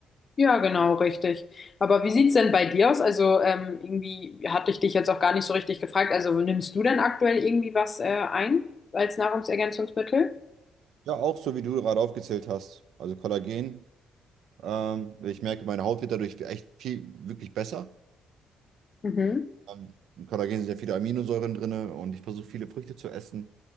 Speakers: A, on the left (about 40°); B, on the right (about 75°).
A: Ja, genau, richtig. Aber wie sieht's denn bei dir aus? Also ähm, irgendwie hatte ich dich jetzt auch gar nicht so richtig gefragt. Also nimmst du denn aktuell irgendwie was äh, ein als Nahrungsergänzungsmittel?
B: Ja, auch so, wie du gerade aufgezählt hast. Also Kollagen, ähm, ich merke, meine Haut wird dadurch echt viel, wirklich besser.
A: Mhm.
B: Ähm, in Kollagen sind ja viele Aminosäuren drin und ich versuche viele Früchte zu essen,